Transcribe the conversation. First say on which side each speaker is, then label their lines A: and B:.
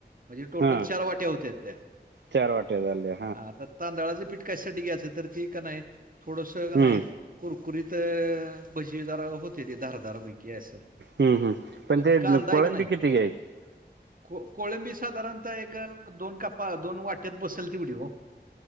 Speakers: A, on the right (about 50°); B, on the right (about 80°).
A: म्हणजे टोटल
B: हा
A: चार वाट्या होत्या त्या
B: चार वाट्या झाल्या
A: हा आता. तांदळाचं पीठ कशसाठी घ्यायचं तर ते का नाही थोडस
B: हम्म
A: का नाहीय. कुरकुरीत भजी जरा होते ते दार दजारै सर
B: हम्म हम्म पण
A: आणि
B: ते
A: का अंदाय
B: कोळंबी
A: का नाही.
B: किती घ्यायची
A: को कोळंबी साधारणतः एक दोन कापा दोन वाट्यात बसेल तवडीओ.